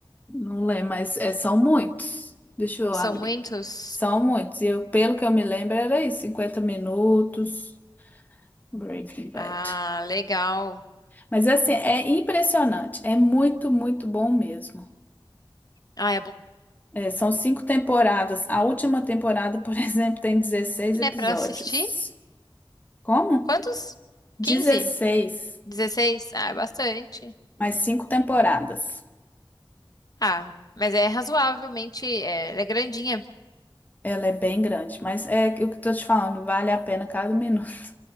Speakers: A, on the left; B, on the left.
A: Não lembro, mas é, são muitos. Deixa eu
B: São
A: abrir.
B: muitos?
A: aqui. São muitos. Eu, pelo que eu me lembro, era isso, 50 minutos. Breaking Bad.
B: Ah, legal.
A: Mas assim, é impressionante. É muito, muito bom mesmo.
B: Ah, é bom,
A: É, são cinco temporadas. A última temporada, por <laughs> exemplo, tem 16 episódios.
B: né, pra assistir?
A: Como?
B: Quantos? 15?
A: dezesseis
B: 16? Ah, é bastante.
A: mais cinco temporadas.
B: Ah, mas é razoavelmente, é, ela é grandinha.
A: Ela é bem grande, mas é o que eu tô te falando, vale a pena cada minuto.